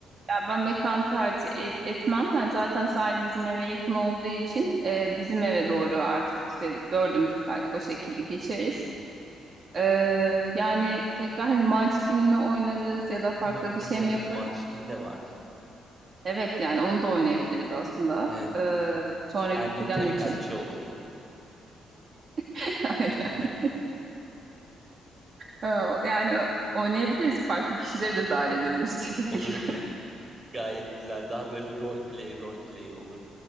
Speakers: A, on the right; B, on the right.
A: ya ben mekan tercih et- etmem. Ben zaten sahili bizim eve yakın olduğu için e, bizim eve doğru artık işte dördümüz belki o şekilde geçeriz. E, yani tekrar hani Munchkin mi oynarız ya da farklı
B: Aa
A: bir
B: evet,
A: şey mi yaparız?
B: Munchkin de var.
A: Evet yani onu da oynayabiliriz aslında.
B: Evet,
A: E, sonraki
B: Elvin
A: plan
B: tarikatçı
A: için.
B: olur.
A: <laughs> Aynen.
B: <laughs>
A: Ha, Yani oynayabiliriz. Farklı kişileri de dahil edebiliriz <laughs> dediğin
B: Olur
A: gibi.
B: olur.
A: <laughs>
B: Gayet güzel. Daha böyle rol play rol play olur.